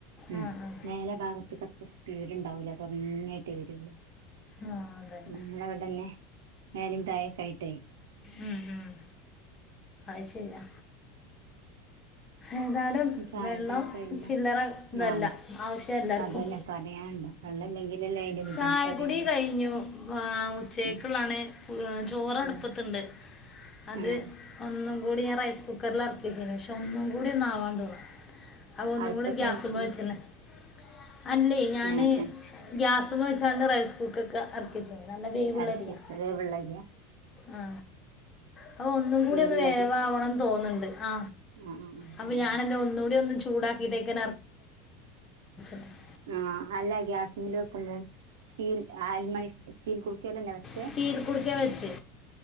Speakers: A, on the right; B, on the left.
A: ഉം
B: ആ ആ
A: മേലെ ഭാഗത്ത് ഇക്ക അത്ര സ്പീട് ഇണ്ടാവൂല കുറഞ്ഞായിട്ട് വരോള്ളു
B: ആ അതന്നെ
A: നമ്മളവിടല്ലേ മേലും തായൊക്കായിട്ടേ
B: ഉം ഉം അത് ശരിയാ ഏതായാലും
A: ചായുടി
B: വെള്ളം
A: ഒക്കെ കഴിഞ്ഞോ
B: ചില്ലറ ഇതല്ല
A: ആഹ്
B: ആവശ്യം എല്ലാവർക്കും
A: അതന്നെ പറയാനുണ്ടോ വെള്ളല്ലെങ്കിലല്ലേ അതിന്റെ ബുദ്ധിമുട്ട്
B: ചായകുടി
A: അറിയുള്ളൂ
B: കഴിഞ്ഞു ഉച്ചക്കുള്ളാണ്
A: ഉം
B: ചോറ് അടുപ്പത്തുണ്ട്
A: ഉം
B: അത്
A: ഉം
B: ഒന്നും കൂടി ഞാൻ റൈസ് കുക്കർല് എറക്കി വെച്ച്ക്ക്ണ് പക്ഷേ ഒന്നും കൂടി ഒന്നാവാണ്ടോന്നും അത് ഒന്നും
A: അടുപ്പത്ത്
B: കൂടെ ഗ്യാസ്പ
A: വെച്ചിനി
B: <unintelligible> അല്ലേ ഞാന്
A: ഏഹ് ഏഹ്
B: <unintelligible> <unintelligible> വെച്ചാണ്ട് റൈസ് കുക്കർക്കെ ഇറക്കി ചെയ്യ നല്ല വേവുള്ളരിയാ
A: എറക്കി വെച്ചത് വേവുള്ളരിയാ
B: ആ അപ്പൊ ഒന്നും കൂടി
A: വേവുള്ളരി
B: ഒന്ന് വേവാകണംന്ന് തോന്നുന്നുണ്ട് ആ
A: ഉം ഉം
B: അപ്പൊ
A: ഉം
B: ഞാനെന്താ
A: ഉം
B: ഒന്നുകൂടി ഒന്ന് ചൂടാക്കിട്ടേക്കാ <unintelligible>
A: ആ അല്ല ഗ്യാസിമിൽ വെക്ക്പം സ്റ്റീൽ ആൽമണി സ്റ്റീൽ <unintelligible> വെച്ചേ
B: സ്റ്റീൽ കുടുക്കായ വെച്ച്